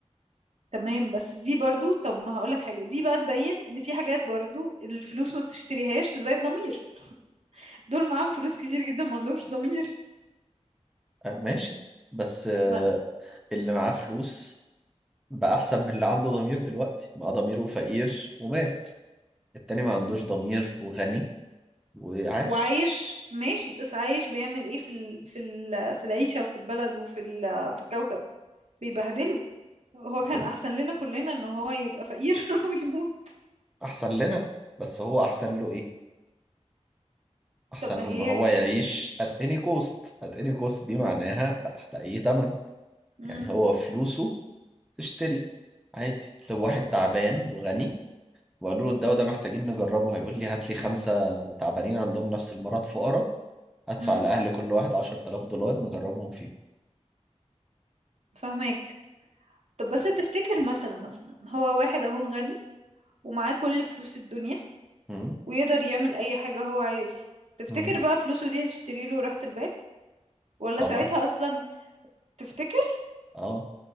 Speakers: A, on the right; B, in the centre.
A: تمام بس دي برضو طب ما هقولك حاجة دي بقى تبين ان في حاجات برضو الفلوس ما بتشتريهاش زي الضمير دول معاهم فلوس كتير جدا ما عندهمش ضمير
B: آه ماشي بس آه
A: ما أنا-
B: اللي معاه فلوس بقى احسن من اللي عنده ضمير دلوقتي معاه ضميره فقير ومات التاني ما عندوش ضمير وغني وعاش
A: وعايش ماشي بس عايش بيعمل ايه في ال... في ال... في العيشة وفي البلد وفي ال... في الكوكب بيبهدله هو كان
B: ليه
A: احسن لنا كلنا ان هو يبقى فقير <laughs> ويموت
B: احسن لنا بس هو احسن له إيه؟ احسن
A: طب ما
B: له
A: هي
B: ان هو يعيش at any cost at any cost دي معناها بقى تحت اي ثمن
A: امم
B: يعني هو فلوسه تشتري عادي لو واحد تعبان وغني وقالوا له الدواء ده محتاجين نجربه هيقول لي هات لي خمسة تعبانين عندهم نفس المرض فقراء ادفع
A: امم
B: لأهل كل واحد 10000 دولار نجربهم فيهم
A: فاهمك طب بس تفتكر مثلا مثلا هو واحد اهو غني ومعاه كل فلوس الدنيا
B: مم.
A: ويقدر يعمل اي حاجة هو عايزها تفتكر
B: مم.
A: بقى فلوسه دي هتشتري له راحة البال ولا
B: طبعا
A: ساعتها اصلا تفتكر
B: اه